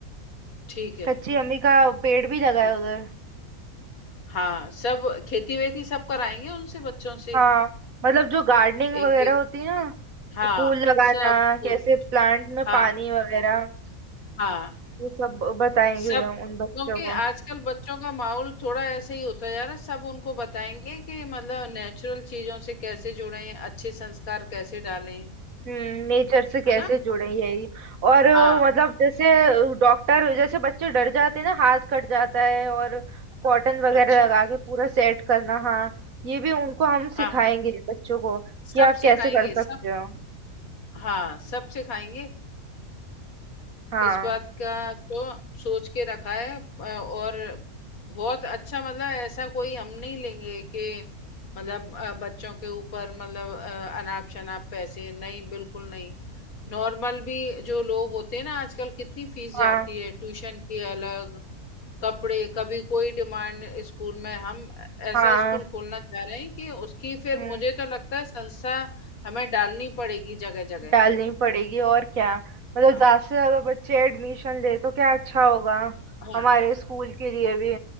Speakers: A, on the left; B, on the right.
A: ठीक है
B: कच्ची अम्मी का पेड़ भी लगा
A: ठीक
B: है उधर
A: हाँ सब खेती वेती सब कराएंगे उनसे बच्चों से
B: हाँ मतलब जो गार्डनिंग
A: एक
B: वगैरह
A: एक
B: होती है ना
A: हाँ
B: फूल लगाना
A: सब कुछ
B: कैसे प्लांट में
A: हाँ
B: पानी वगैरह
A: हाँ
B: वो सब बताएंगे
A: सब
B: उन
A: क्योंकि
B: बच्चों को
A: आजकल बच्चों का माहौल थोड़ा ऐसे ही होता जा रहा है सब उनको बताएंगे कि मतलब नेचुरल चीजों से कैसे जुड़ें अच्छे संस्कार कैसे डालें
B: हम्म नेचर से कैसे
A: है ना
B: जुड़े यही और अ,
A: हाँ
B: मतलब जैसे डॉक्टर जैसे बच्चे डर जाते हैं ना हाथ कट जाता है और कॉटन वगैरह
A: अच्छा
B: लगा के पूरा सेट करना हाँ ये भी उनको हम सिखाएंगे
A: हाँ हाँ
B: बच्चों को
A: सब
B: कि आप
A: सिखाएंगे
B: कैसे कर सकते
A: सब
B: हो
A: हाँ सब सिखाएंगे
B: हाँ
A: इस बात का तो सोच के रखा है अ, और बहुत अच्छा मतलब ऐसा कोई हम नहीं लेंगे कि मतलब अ, बच्चों के ऊपर मतलब अ, अनाप शनाप पैसे नहीं बिल्कुल नहीं नॉर्मल भी जो लोग होते हैं ना आजकल कितनी फीस जाती
B: हाँ
A: है ट्यूशन की अलग कपड़े कभी कोई डिमांड स्कूल में हम ऐसा
B: हाँ
A: स्कूल खोलना चाह रहे हैं कि उसकी फिर
B: हम्म
A: मुझे तो लगता है संस्था हमें डालनी पड़ेगी जगह जगह
B: डालनी पड़ेगी और क्या मतलब
A: हाँ
B: ज्यादा से ज्यादा बच्चे एडमिशन ले तो क्या अच्छा होगा
A: हाँ
B: हमारे स्कूल के लिए भी